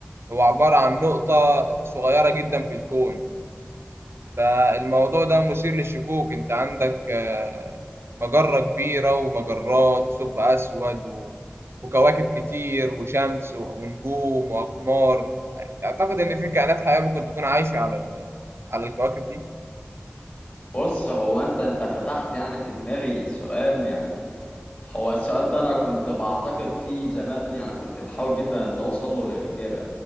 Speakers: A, on the right (about 70°); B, on the left (about 40°).
A: هو عبارة عن نقطة صغيرة جدا في الكون فالموضوع ده مثير للشكوك أنت عندك آه، مجرة كبيرة ومجرات وثقب أسود و... وكواكب كتير وشمس و- ونجوم وأقمار أعتقد إن في كائنات حية ممكن تكون عايشة على ال... على الكواكب دي
B: بص هو انت انت فتحت يعني في دماغي سؤال يعني هو السؤال ده انا كنت بعتقد فيه زمان يعني كنت بحاول جدا ان اوصل له الاجابه